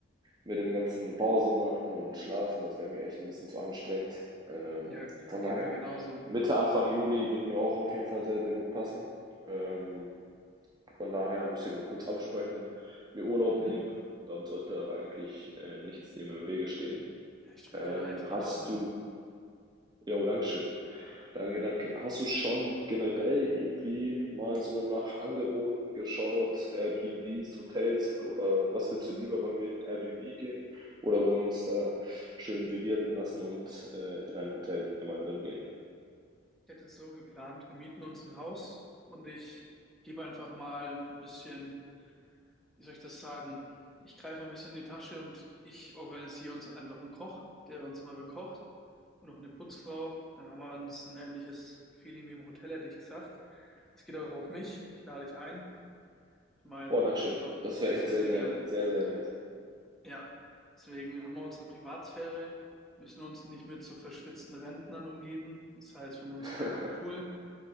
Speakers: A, on the right; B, in the centre.
A: mit dem ganzen Pause machen und schlafen, das wäre mir echt ein bisschen zu anstrengend. Ähm,
B: ja,
A: von
B: geht
A: daher,
B: mir genauso.
A: Mitte, Anfang Juli wird mir auch auf jeden Fall sehr, sehr gut passen. Ähm, von daher müsst ihr mal kurz absprechen, mir Urlaub
B: Mhm.
A: nehmen und dann sollte da eigentlich, äh, nichts dem im Wege stehen.
B: Ja, ich drücke
A: Ähm,
B: dir da echt die
A: hast
B: Daumen.
A: du ja danke schön. Danke, danke. Hast du schon generell irgendwie mal so nach Angeboten geschaut, Airbnbs, Hotels oder was willst du lieber? Wollen wir in Airbnb gehen oder wollen wir uns da schön bewirten lassen und äh, in ein Hotel gemeinsam gehen?
B: Ich hätte es so geplant, wir mieten uns ein Haus und ich gebe einfach mal ein bisschen wie soll ich das sagen? Ich greife mal ein bisschen in die Tasche und ich organisiere uns einfach einen Koch, der uns immer bekocht und noch eine Putzfrau. Dann haben wir uns ein ähnliches Feeling wie im Hotel, hätte ich gesagt. Es geht auch auf mich. Ich lade dich ein. Ich meine,
A: Boah, Dankeschön.
B: wir haben ja auch
A: Das wäre
B: sehr,
A: echt sehr,
B: sehr
A: sehr,
B: gerne.
A: sehr, sehr nett.
B: Ja, deswegen haben wir unsere Privatsphäre, müssen uns nicht mit so verschwitzten Rentnern umgeben. Das heißt, wir haben
A: <laughs>
B: unseren eigenen Pool